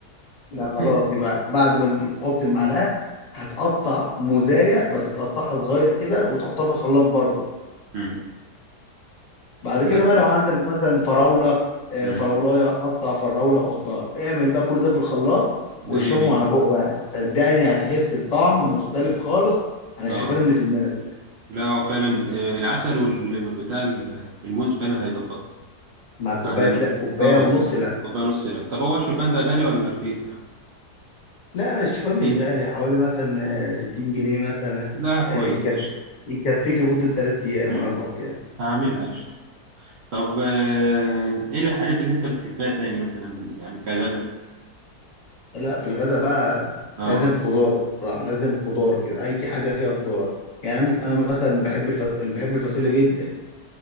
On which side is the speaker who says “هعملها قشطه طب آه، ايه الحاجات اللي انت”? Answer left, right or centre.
Right